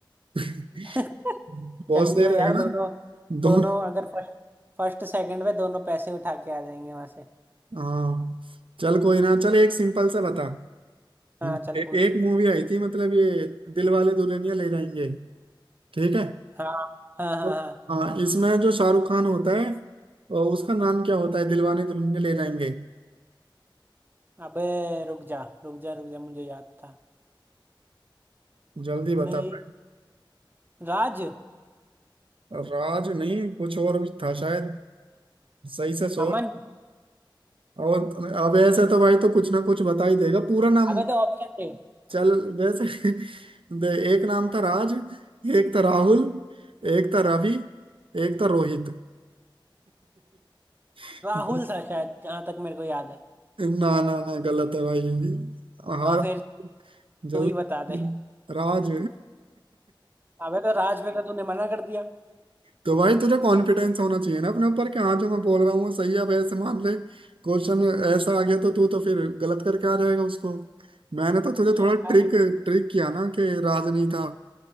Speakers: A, on the right (about 85°); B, on the right (about 25°).
A: <laughs>
B: है <laughs>
A: बहुत
B: चल
A: सही
B: लियो यार
A: रहेगा ना
B: दोनों
A: दो
B: दोनों अगर फर्स्ट फर्स्ट सेकंड में दोनों पैसे उठा के आ जाएंगे वहां से
A: हाँ चल कोई ना चल एक सिंपल सा बता
B: हाँ
A: ए,
B: चल पूछ
A: एक मूवी आई थी मतलब ये दिल वाले दुल्हनिया ले जाएंगे ठीक है
B: हाँ हाँ हाँ
A: तो
B: हाँ
A: हाँ इसमें जो शाहरुख खान होता है अ, उसका नाम क्या होता है दिलवाने दुल्हनिया ले जाएंगे
B: अबे रुक जा रुक जा रुक जा मुझे याद था
A: जल्दी बता
B: नहीं
A: भाई
B: राज
A: राज नहीं कुछ और भी था शायद सही से सोच
B: अमन
A: और अब ऐसे तो भाई तो कुछ ना कुछ बता ही देगा पूरा नाम
B: अबे तो ऑप्शन थे
A: चल वैसे <laughs> दे, एक नाम था राज एक था राहुल एक था रवि एक था रोहित <laughs>
B: राहुल था शायद जहां तक मेरे को याद है
A: ना ना ना गलत है भाई हार
B: तो फिर
A: जल
B: तू ही बता दे
A: राज
B: अबे तो राज पे तो तूने मना कर दिया
A: तो भाई तुझे कॉन्फिडेंस होना चाहिए ना अपने ऊपर कि हाँ जो मैं बोल रहा हूँ वो सही है अब ऐसे मान ले क्वेश्चन ऐसा आ गया तो तू तो फिर गलत करके आ जाएगा उसको मैंने तो तुझे
B: यार
A: थोड़ा ट्रिक ट्रिक किया ना कि राज नहीं था